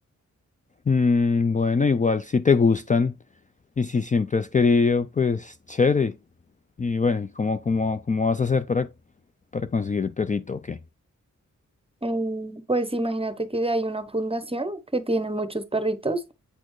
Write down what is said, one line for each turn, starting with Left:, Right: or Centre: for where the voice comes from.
Left: Mm, bueno, igual si te gustan y si siempre has querido, pues chévere. Y bueno, ¿y cómo, cómo, cómo vas a hacer para, para conseguir el perrito? Ok.
Right: Eh, pues imagínate que hay una fundación que tiene muchos perritos.